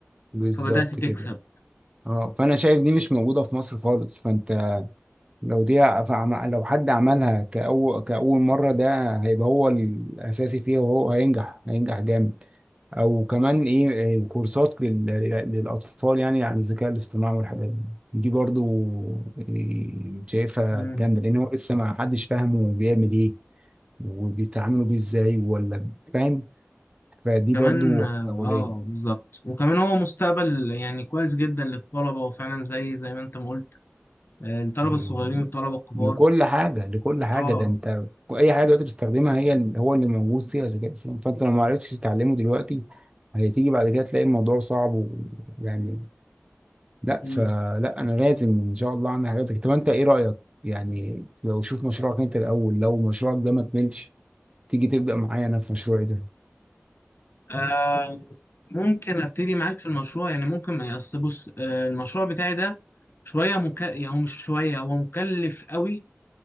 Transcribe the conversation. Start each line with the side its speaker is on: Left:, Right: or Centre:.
Right: بالظبط
Left: فبدأت تكسب
Right: كده اه فأنا شايف دي مش موجودة في مصر خالص فأنت لو دي فعم- لو حد عملها كأول كأول مرة ده هيبقى هو الأساسي فيها وهو هينجح هينجح جامد او كمان ايه إيه، كورسات لل- للاطفال يعني عن الذكاء الاصطناعي والحاجات دي دي برضو إيه، شايفها
Left: مم.
Right: جامده لان هو لسه ما حدش فاهمه بيعمل ايه وبيتعاملوا بيه ازاي ولا فاهم فدي
Left: كمان
Right: برضو
Left: اه
Right: أولية
Left: آه، بالظبط وكمان هو مستقبل يعني كويس جدا للطلبة وفعلا زي زي ما انت ما قلت آه، الطلبة
Right: يعني
Left: الصغيرين والطلبة الكبار
Right: لكل حاجه لكل حاجه
Left: اه
Right: ده انت اي حاجه دلوقتي بتستخدمها هي ال- هو اللي موجود فيها ذكاء اصطناعي فانت لو ما عرفتش تتعلمه دلوقتي هتيجي بعد كده تلاقي الموضوع صعب ويعني لا
Left: مم.
Right: فلا انا لازم ان شاء الله اعمل حاجات زي كده. طب انت ايه رايك يعني لو شوف مشروعك انت الاول لو مشروعك ده ما كملش تيجي تبدا معايا انا في مشروعي ده
Left: آه، ممكن ابتدي معاك في المشروع يعني ممكن ما اصل بص آه، المشروع بتاعي ده شوية مك... يعني هو مش شوية هو مكلف قوي